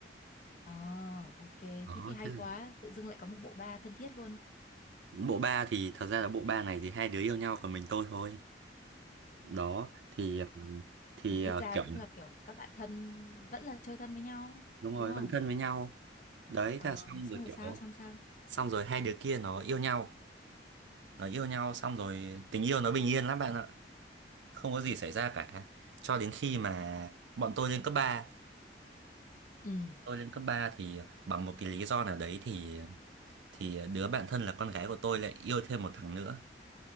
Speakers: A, on the left (about 45°); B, on the right (about 75°).
A: à, ok thế
B: đó
A: thì hay
B: thế là
A: quá tự dưng lại có một bộ ba thân thiết luôn
B: bộ ba thì thật ra là bộ ba này thì hai đứa yêu nhau còn mình tôi thôi đó thì ừm, thì
A: thì ít
B: ờ,
A: ra
B: kiểu
A: cũng là kiểu các bạn thân vẫn là chơi thân với nhau
B: đúng rồi
A: đúng không
B: vẫn thân với nhau đấy
A: ờ
B: thế là xong
A: xong
B: rồi
A: rồi
B: kiểu
A: sao xong sao
B: xong rồi hai đứa kia nó yêu nhau nó yêu nhau xong rồi tình yêu nó bình yên lắm bạn ạ không có gì xảy ra cả cho đến khi mà bọn tôi lên cấp ba
A: ừ
B: tôi lên cấp 3 thì bằng một cái lý do nào đấy thì thì đứa bạn thân là con gái của tôi lại yêu thêm một thằng nữa